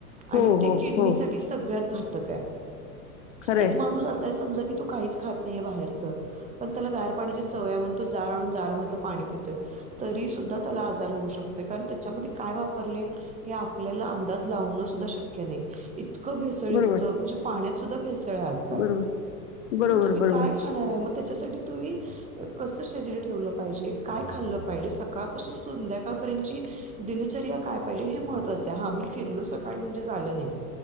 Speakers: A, on the right; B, on the left.
A: आणि
B: हो,
A: ते
B: हो,
A: किडनी
B: हो.
A: साठी सगळ्यात घातक आहे
B: खरं आहे.
A: एक माणूस असा आहे समजा की तू काहीच खात नाहीये बाहेर पण त्याला गार पाण्याची सवय आहे म्हण तो जार आणून जार मधलं पाणी पितोय तरी सुद्धा त्याला आजार होऊ शकतो कारण त्याच्यामध्ये काय वापरले हे आपल्याला अंदाज लावणं सुद्धा शक्य नाही इतकं भेसळयुक्त
B: बरोबर,
A: म्हणजे पाण्यात सुद्धा ेळ आजल
B: बरोबर, बरोबर,
A: मग तुम्ही
B: बरोबर.
A: काय खाणार आहे मग त्याच्यासाठी तुम्ही कस शरीर ठेवलं पाहिजे काय खाल्लं पाहिजे सकाळपासून संध्याकाळपर्यंतची दिनचर्या काय पाहिजे हे महत्वाचं आहे हा आ म्ही फिरलो सकाळी म्हणजे झालं नाही